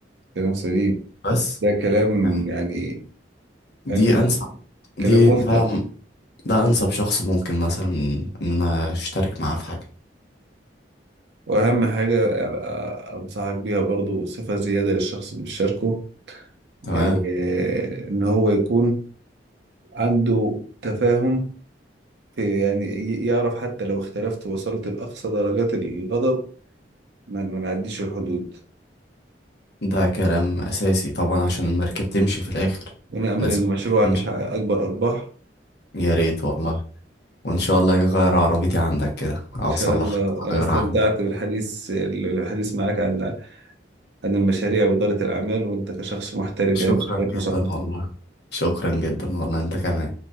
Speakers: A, on the right; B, on the left.
A: كلام سليم
B: بس
A: ده كلام
B: يعني
A: يعني
B: دي
A: يعني
B: انسب دي
A: كلام مفصل
B: ده ده انسب شخص ممكن مثلا ان انا اشترك معاه في حاجه
A: واهم حاجه آه، انصحك بيها برضو صفه زياده للشخص اللي بيشاركه
B: تمام
A: آه، ان هو يكون عنده تفاهم في يعني ي- يعرف حتى لو اختلفت ووصلت لاقصى درجات الغضب ما ما نعديش الحدود
B: ده كلام اساسي طبعا عشان المركب تمشي في الاخر
A: وانا امل
B: لازم
A: ان مشروعك
B: تمشي
A: يحقق اكبر ارباح
B: يا ريت والله وان شاء الله اغير عربيتي عندك كده او
A: ان شاء
B: اصلحك
A: الله انا
B: تغيرها
A: استمتعت
B: عندك
A: بالحديث الحديث معاك عن عن المشاريع واداره الاعمال وانت كشخص محترف
B: شكرا
A: يعني شكلك
B: جدا
A: مثقف
B: والله شكرا جدا والله انت كمان